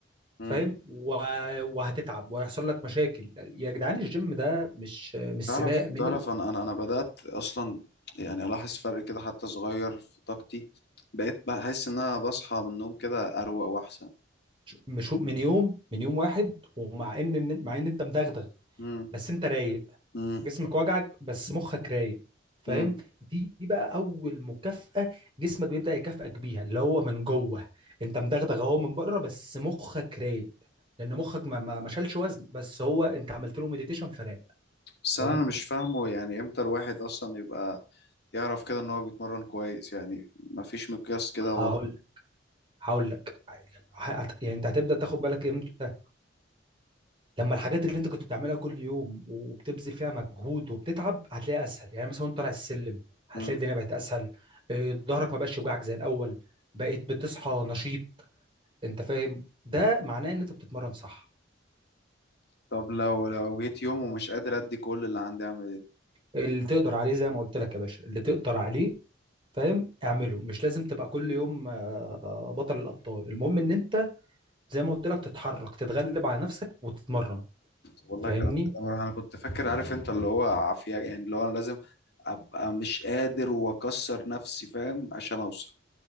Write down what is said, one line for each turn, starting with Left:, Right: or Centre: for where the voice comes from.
Left: امم
Right: فاهم و- وهتتعب وهيحصل لك مشاكل يا جدعان الجيم ده مش مش سباق
Left: تعرف
Right: من
Left: تعرف
Right: ال...
Left: انا انا انا بدأت اصلا يعني الاحظ فرق كده حتى صغير في طاقتي بقيت بحس ان انا بصحى من النوم كده اروق واحسن
Right: مش من يوم من يوم واحد ومع ان مع ان انت مدغدغ
Left: امم
Right: بس انت رايق
Left: امم
Right: جسمك وجعك بس مخك رايق فاهم
Left: امم
Right: دي دي بقى اول مكافأة جسمك بيبدأ يكافئك بيها اللي هو من جوه انت مدغدغ اهو من بره بس مخك رايق لان مخك ما ما ما شالش وزن بس هو انت عملت له مديتيشن فراق
Left: بس
Right: فاهم
Left: انا مش فاهمه يعني امتى الواحد اصلا يبقى يعرف كده ان هو بيتمرن كويس يعني مفيش مقياس كده
Right: هقول
Left: واضح
Right: هقول لك ه- هت- يعني انت هتبدأ تاخد بالك امتى لما الحاجات اللي انت كنت بتعملها كل يوم وبتبذل فيها مجهود وبتتعب هتلاقيها اسهل يعني مثلا وانت طالع السلم هتلاقي
Left: مم.
Right: الدنيا بقت اسهل إيه، ظهرك ما بقاش يوجعك زي الاول بقيت بتصحى نشيط انت فاهم ده معناه ان انت بتتمرن صح
Left: طب لو لو جيت يوم ومش قادر ادي كل اللي عندي اعمل ايه
Right: اللي تقدر عليه زي ما قلت لك يا باشا اللي تقدر عليه فاهم اعمله مش لازم تبقى كل يوم آه، بطل الابطال المهم ان انت زي ما قلت لك تتحرك تتغلب على نفسك وتتمرن
Left: والله
Right: فاهمني
Left: كلام كده مره انا كنت فاكر عارف انت اللي هو عافيه يعني اللي هو انا لازم ابقى مش قادر واكسر نفسي فاهم عشان اوصل